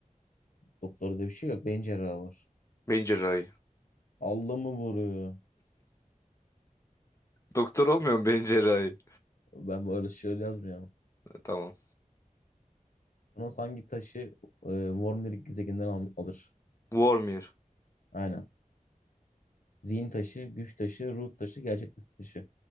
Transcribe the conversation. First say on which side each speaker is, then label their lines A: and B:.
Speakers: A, on the left; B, on the left.
A: doktor diye bir şey yok. Beyin cerrahı var.
B: Beyin cerrahi.
A: Allah mı vuruyor?
B: Doktor olmuyor mu beyin cerrahi?
A: Ben böyle şöyle yazmıyorum.
B: E, Tamam.
A: Thanos hangi taşı e, Worm'lik gezegeninden al- alır?
B: Vormir.
A: Aynen. Zihin taşı, güç taşı, ruh taşı, gerçeklik taşı.